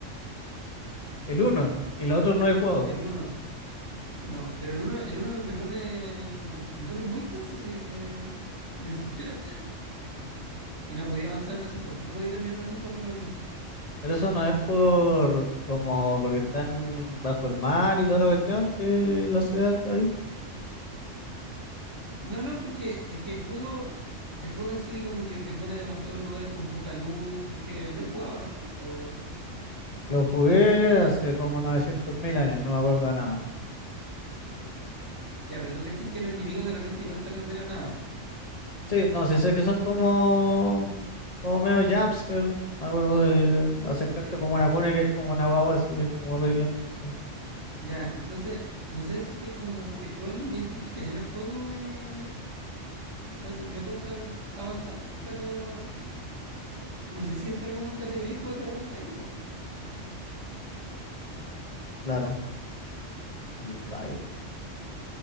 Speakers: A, on the left (about 35°); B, on the right (about 70°).
A: El uno y los otros no he jugado.
B: El uno, no, pero el uno, el uno me pone, me pone muy tenso, sí, me, me <laughs> desespera. Y no podía avanzar en ese juego, no podía terminarlo nunca por lo mismo.
A: Pero eso no es por como porque están bajo el mar y toda la cuestión que la ciudad está ahí.
B: No, no, porque es que el juego, el juego en sí como que te pone demasiados lugares con poca luz, porque lo he jugado, ¿no? O...
A: Lo jugué hace como 900 mil años, no me acuerdo de nada.
B: Ya, pero tú cachis que los enemigos de repente igual salen de la nada.
A: Sí, no, sí sé que son como como medio jumpscare. Me acuerdo de acercarte
B: Sí.
A: como una cuna que es como una guagua, así que es como horrible. Entonces,
B: Ya, entonces, no sé, siento que como que todo el ambiente que genera el juego me, me, hace- me cuesta avanzar, pero no sé si entra como en categoría de juego de terror el Bioshock.
A: claro, el Bioshock.